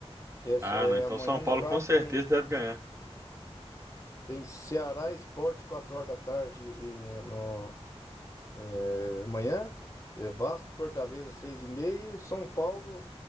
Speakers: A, on the left (about 30°); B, on the right (about 25°).
A: É, só-
B: Ah,
A: é,
B: não, então
A: amanhã,
B: São
A: no
B: Paulo
A: caso,
B: com certeza
A: tem,
B: deve ganhar.
A: tem Ceará Esporte, 4 horas da tarde e no, é, amanhã. É, Vasco e Fortaleza, seis e meia. E São Paulo,